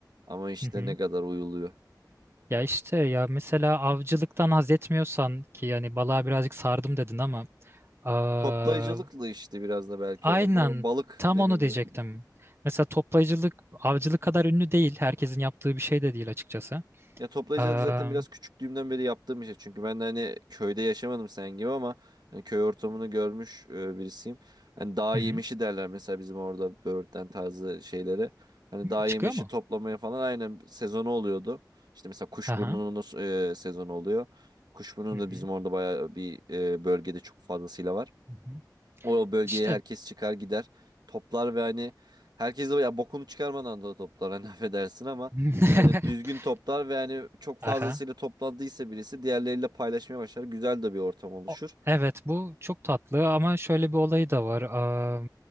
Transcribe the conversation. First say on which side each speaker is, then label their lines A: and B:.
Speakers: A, on the right (about 70°); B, on the right (about 35°).
A: Ama işte
B: <laughs>
A: ne kadar uyuluyor.
B: Ya işte ya mesela avcılıktan haz etmiyorsan ki yani balığa birazcık sardım dedin ama aa,
A: Toplayıcılıkla işte biraz da belki
B: aynen
A: olabilir ama balık
B: tam
A: dediğin
B: onu diyecektim.
A: gibi.
B: Mesela toplayıcılık avcılık kadar ünlü değil. Herkesin yaptığı bir şey de değil açıkçası.
A: Ya toplayıcılık
B: Aa,
A: zaten biraz küçüklüğümden beri yaptığım bir şey. Çünkü ben de hani köyde yaşamadım sen gibi ama hani köy ortamını görmüş e, birisiyim. Hani dağ
B: hı
A: yemişi
B: hı.
A: derler mesela bizim orada böğürtlen tarzı şeylere. Hani
B: Hı,
A: dağ
B: Çıkıyor
A: yemişi
B: mu?
A: toplamaya falan aynen sezonu oluyordu. İşte mesela kuşburnunun
B: Aha.
A: e, sezonu oluyor. Kuşburnu
B: Hı hı.
A: da bizim orada bayağı bir e, bölgede çok fazlasıyla var.
B: Hı hı.
A: O bölgeye
B: İşte.
A: herkes çıkar gider. Toplar ve hani herkes de ya bokunu çıkarmadan da toplar hani <laughs> affedersin ama
B: <laughs>
A: hani düzgün toplar ve hani çok fazlasıyla
B: Aha.
A: toplandıysa birisi diğerleriyle paylaşmaya başlar. Güzel de bir ortam oluşur.
B: O- Evet bu çok tatlı ama şöyle bir olayı da var. Aa,